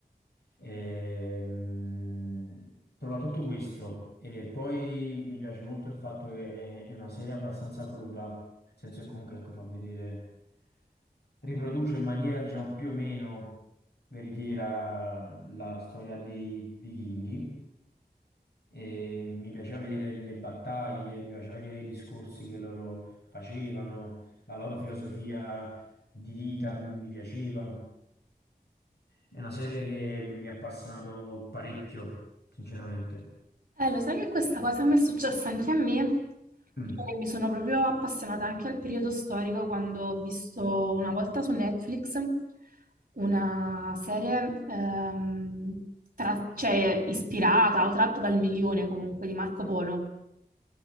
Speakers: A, on the left; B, on the right.
A: Ehm, soprattutto questo. E poi mi piace molto il fatto che è, è una serie abbastanza cruda, nel senso che comunque ecco, fa vedere, riproduce in maniera diciamo più o meno veritiera la storia dei vichinghi e mi piaceva vedere le battaglie, mi piaceva vedere i discorsi che loro facevano, la loro filosofia di vita mi piaceva. È una serie che mi ha appassionato parecchio, sinceramente.
B: Eh, lo sai che questa cosa mi è successa anche a me?
A: Mm, mm,
B: Cioè, mi sono proprio appassionata anche al periodo storico quando ho visto una volta su Netflix una serie ehm, tra- cioè, ispirata o tratta dal milione comunque di Marco Polo.